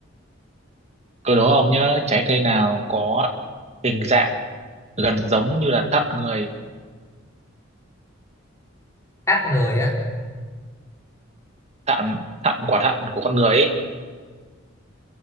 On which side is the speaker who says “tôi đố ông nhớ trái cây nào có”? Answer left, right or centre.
Right